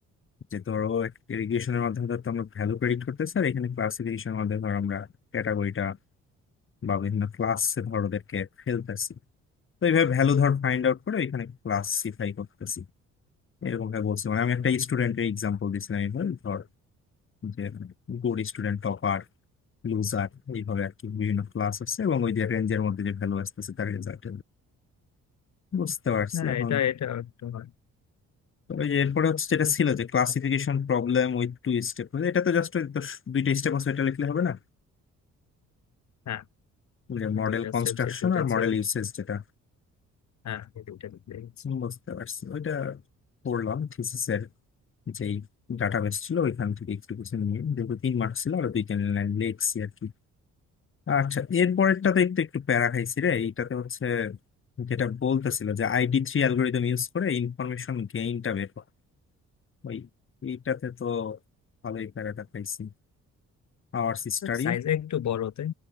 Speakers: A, on the left; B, on the left.
A: যে ধরো ইরিগেশনের মাধ্যমে ধর তো আমরা ভ্যালু প্রেডিক্ট করতেছি আর এখানে ক্লাসিফিকেশনের মাধ্যমে ধর আমরা ক্যাটাগরিটা বা বিভিন্ন ক্লাসে ধর ওদেরকে ফেলতেছি তো এইভাবে ভ্যালু ধর ফাইন্ড আউট করে এখানে ক্লাসিফাই করতেছি এরকম ভাবে বলছি মানে আমি একটা স্টুডেন্টের এক্সাম্পল দিছিলাম এবার ধর যে গুড স্টুডেন্ট টপার লুজার এইভাবে আর কি বিভিন্ন ক্লাস আছে এবং ওই যে রেঞ্জের মধ্যে যে ভ্যালু আসতেছে তার রেজাল্ট বুঝতে পারছি
B: হ্যাঁ
A: এখন
B: এটা এটা একটু হয়
A: তবে যে এরপরে হচ্ছে যেটা ছিল যে classification problem with two step এটা তো জাস্ট দুইটা স্টেপ আছে এটা লিখলে হবে না
B: হ্যাঁ
A: ওই যে
B: ওই
A: মডেল
B: দুইটা
A: কনস্ট্রাকশন
B: স্টেপ যে দুইটা
A: আর
B: ছিল
A: মডেল ইউসেজ যেটা
B: হ্যাঁ এই দুইটা দিতে হচ্ছে
A: বুঝতে পারছি ওইটা পড়লাম থিসিসের যেই ডাটাবেস ছিল ওইখান থেকে একটু কিছু নিয়ে যেহেতু তিন মার্ক ছিল আর দুই তিন লাইন লিখছি আর কি আচ্ছা এর পরেরটাতে একটু একটু প্যারা খাইছি রে এইটাতে হচ্ছে যেটা বলতেছিল যে আইডি থ্রি অ্যালগোরিদম ইউজ করে ইনফরমেশন গেইনটা বের করা ওই এইটাতে তো ভালোই প্যারাটা খাইছি Hour study
B: সাইজে একটু বড় তাই